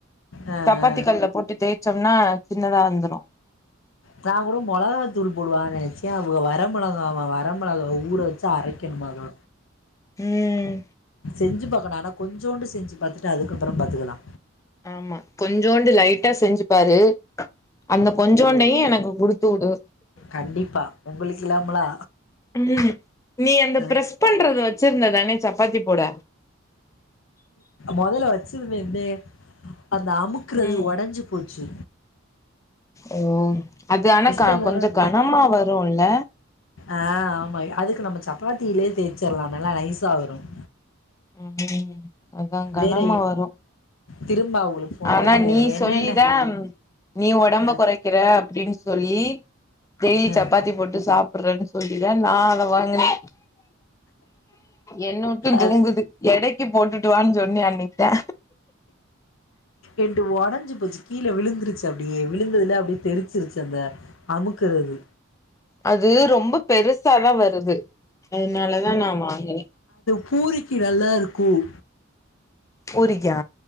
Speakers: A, on the left (about 70°); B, on the left (about 15°).
A: ஆ
B: சப்பாத்தி
A: ஆ
B: கல்லல போட்டு தே ச்சம்னா சின்னதா வந்துரு
A: நா கூட மொளகத்தூள் போடுவா நெனைச்சே அவுக வர மொளகவ வர மொளகவ ஊற வச்சு அரைக்கணுமாமா
B: உம்
A: செஞ்சு பாக்கணு ஆனா கொஞ்சோண்டு செஞ்சு பாத்துட்டு அதுக்கப்புறம் பாத்துக்கலா
B: ஆமா கொஞ்சோண்டு லைட்டா செஞ்சுப்பாரு அந்த கொஞ்சோண்டையு எனக்கு குடுத்து வுடு
A: கண்டிப்பா உங்களுக்கு இல்லாமலா
B: ம் நீ அந்த
A: ம்
B: ப்ரஸ் பண்றது வச்சிருந்ததானே சப் பாத்தி போட
A: மொதல வச்சுருந்தேந்தே அந்த அமுக்கறது
B: ம்
A: ஒடஞ்சு போ ச்சு
B: ஓ அது ஆனா கா
A: பண்ணுவோல
B: கொஞ்சம் கனமா வரும் இல்ல
A: ஆ ஆமா அதுக்கு நம்ம சப்பாத்தியிலே தேய்ச்சர்லா நல்லா நைஸா வரும்
B: ம் அதா கனமா
A: வேற
B: வரும்
A: திரும்ப அவுங்களுக்கு ஃபோன்
B: ஆனா
A: பண்ணி வேற
B: நீ
A: என்னென்ன
B: சொல்லிதா நீ ஒடம்ப
A: ஆ
B: கொறைக்கிற அப்டின்னு சொல்லி டெய்லி
A: ஆ
B: சப்பாத்தி போட்டு சா ப்பறேன்னு சொல்லிதா நா அத வாங்குனே என்ன விட்டு தூங்குது
A: அது
B: எடை தி போட்டுட்டுவான் சொன்னே அன்னைக்கி தா
A: என்டு ஒடஞ்சு போச்சு கீழ விழுந்துருச்சு அப்டியே விழுந்ததுல அப்டியே தெரிச்சிருச்சு அந்த அமுக்கறது
B: அது ரொம்ப பெருசாதா வருது அதனாலதா நா வாங்கினே
A: பூரிக்கி நல்லா இருக்கும்
B: பூரிக்கா